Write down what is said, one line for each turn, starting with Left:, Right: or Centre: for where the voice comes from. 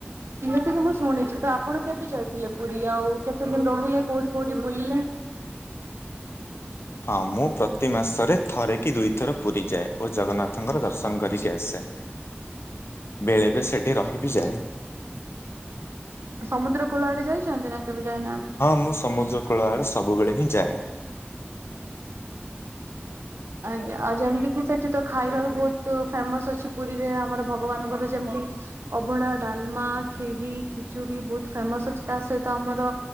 Right: ଏମିତି କି ମୁଁ ଶୁଣିଛି ତ ଆପଣ କେବେ ଯାଇଥିଲେ ପୁରୀ ଆଉ କେତେ ଦିନ ରହିଲେ କୋଉଠି କୋଉଠି ବୁଲିଲେ?।
Left: ହଁ ମୁଁ ପ୍ରତି ମାସରେ ଥରେ କି ଦୁଇଥର ପୁରୀ ଯାଏ ଓ ଜଗନ୍ନାଥଙ୍କର ଦର୍ଶନ କରିକି ଆସେ। ବେଳେବେଳେ ସେଠି ରହିିବି ଯାଏ।
Right: ସମୁଦ୍ର କୂଳ ଆଡେ ଯାଇଛନ୍ତି ନା କେବେ। ଯାଇନାହାନ୍ତି?
Left: ହଁ ମୁଁ ସମୁଦ୍ର କୂଳଆଡେ ସବୁବେଳେ ହିଁ ଯାଏ।
Right: ଆଜ୍ଞା ଆଉ ଯେମିତିକି ସେଠି ତ ଖାଇବା ବି ବହୁତ ଫେମସ ଅଛି ପୁରୀରେ ଆମର ଭଗବାନଙ୍କର ଯେମିତି। ଅଭଡା, ଡାଲମା, ଖିରି, ଖେଚୁଡ଼ି ବହୁତ ଫେମସ ଅଛି ତା ସହିତ ଆମର।